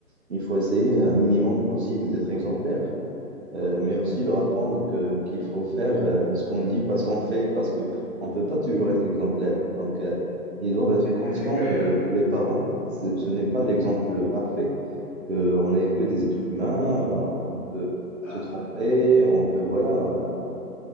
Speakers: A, on the right (about 45°); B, on the left (about 60°).
A: il faut essayer euh, un minimum possible d'être exemplaire euh, mais aussi leur apprendre que qu'il faut faire euh, ce qu'on dit parce qu'on fait, parce que on peut pas toujours être exemplaire. Donc, euh, ils doivent être conscients
B: C'est c'est clair.
A: que, que les parents, ce, ce n'est pas l'exemple parfait, que on n'est que des êtres humains, euh, on peut
B: ça.
A: se tromper, on peut, voilà, euh,